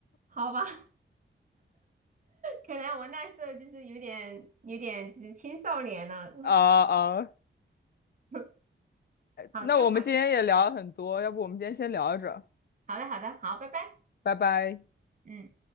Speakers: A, on the right; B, on the left.
A: <laughs> 好吧。可能我那时候就是有点有点就是青少年了。
B: 啊啊，
A: <laughs> 好的，
B: 那我们今天也聊了很多，
A: 好的，
B: 要不我们今天先聊着，
A: 好的，好的，好，拜拜，
B: 拜拜。
A: 嗯。